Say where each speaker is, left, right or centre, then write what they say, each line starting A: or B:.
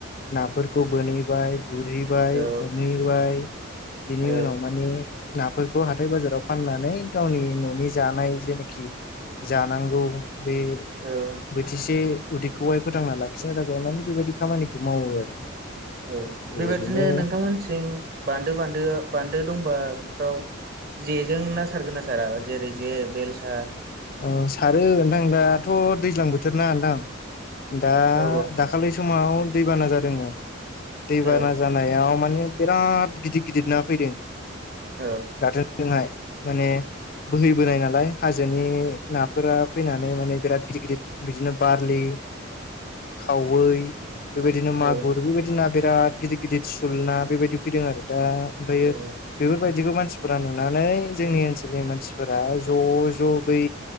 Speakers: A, on the left; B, on the right.
A: नाफोरखौ बोनहैबाय गुरहैबाय
B: औ
A: हमहैबाय बिनि
B: औ
A: उनाव माने नाफोरखौ हाथाय बाजाराव फाननानै गावनि न'नि जानाय जेनाखि जानांगौ बे
B: औ
A: बोथिसे उदैखौहाय फोथांना लाखिनो थाखाय मानि बेबायदि खामानिखौ मावो आरो।
B: औ बेबादिनो
A: ओरैनो
B: नोंथांमोनसिं बान्दो बान्दोआव बान्दो दंबा बेफोराव जेजों ना सारगोन ना सारा जेरै जे बेलसा
A: औ सारो नोंथां दाथ' दैज्लां बोथोरना नोंथां दा दाखा
B: औ
A: दाखालि समाव दैबाना जादोंमोन दैबाना
B: औ
A: जानाय नायाव माने बिराद गिदिर गिदिर ना फैदों।
B: औ
A: दाथ जोंहा माने बोहैबोनाय नालाय हाजोनि नाफोरा फैनानै माने बिराद गिदिर गिदिर बिदिनो बारलि खावै बेबायदिनो
B: औ
A: मागुर बेबायदि ना बिराद गिदिर गिदिर सुल ना बेबायदि फैदों आरो दा ओमफ्रायो
B: औ
A: बेफोरबायदिखौ मानसिफोरा नुनानै जोंनि ओनसोलनि मानसिफोरा ज' ज' बै